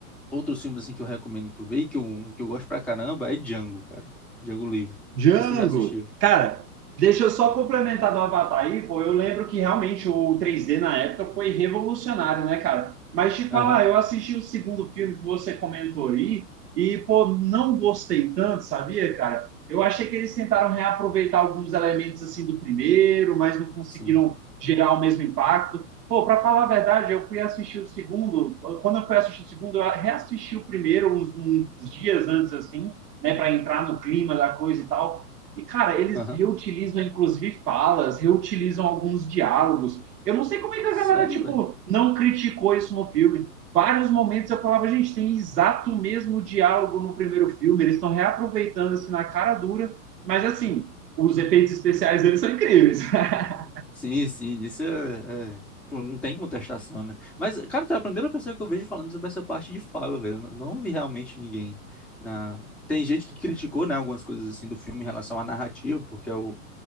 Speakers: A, in the centre; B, on the right.
A: outros filmes assim que eu recomendo tu ver, e que eu, um que eu gosto pra caramba, é Django, cara. Django Livre. Não
B: Django.
A: sei se tu já assistiu.
B: Cara, deixa eu só complementar do Avatar aí, pô. Eu lembro que realmente o 3D na época foi revolucionário, né, cara? Mas te falar,
A: Aham,
B: eu assisti o segundo filme que você comentou aí e, pô, não gostei tanto, sabia, cara? Eu achei que eles tentaram reaproveitar alguns elementos assim do primeiro, mas não conseguiram
A: sim.
B: gerar o mesmo impacto. Pô, para falar a verdade, eu fui assistir o segundo. Quando eu fui assistir o segundo, eu reassisti o primeiro uns, uns dias antes, assim né, para entrar no clima da coisa e tal. E, cara, eles
A: Aham.
B: reutilizam, inclusive, falas, reutilizam alguns diálogos. Eu não sei como é que a
A: Sério,
B: galera, tipo,
A: velho?
B: não criticou isso no filme. Vários momentos eu falava, gente, tem exato o mesmo diálogo no primeiro filme, eles estão reaproveitando, assim, na cara dura, mas, assim, os efeitos especiais deles são incríveis. <laughs>
A: Sim, sim, isso é, é, tipo, não tem contestação, né? Mas, cara, tu é a primeira pessoa que eu vejo falando sobre essa parte de fala, velho. Eu não, não vi realmente ninguém na... Tem gente que criticou, né, algumas coisas assim do filme em relação à narrativa, porque é o,